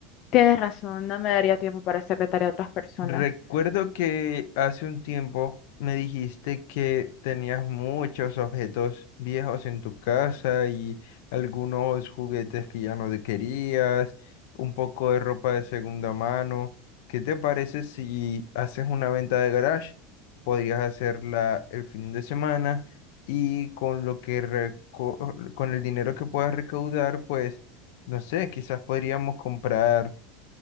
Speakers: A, on the left; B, on the left.
A: tienes razón, no me daría tiempo para hacerle tarea a otras personas.
B: Recuerdo que hace un tiempo me dijiste que tenías muchos objetos viejos en tu casa y algunos juguetes que ya no te querías, un poco de ropa de segunda mano. ¿Qué te parece si haces una venta de garage? Podrías hacerla el fin de semana y con lo que reco- con el dinero que puedas recaudar, pues no sé, quizás podríamos comprar